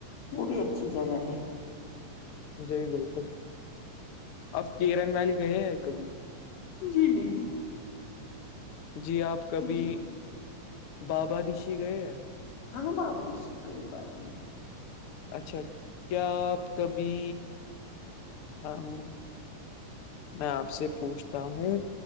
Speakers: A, on the left (about 85°); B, on the left (about 60°).
A: وہ بھی اچھی جگہ ہے
B: جی بالکل آپ کیرن ویلی کہے ہیں کبھی
A: جی نہیں
B: جی آپ کبھی
A: جی
B: بابا دشی گئے ہیں
A: ہاں بابا رشتے کئی بار گئے ہیں
B: اچھا کیا آپ کبھی ہ ہ میں آپ سے پوچھتا ہوں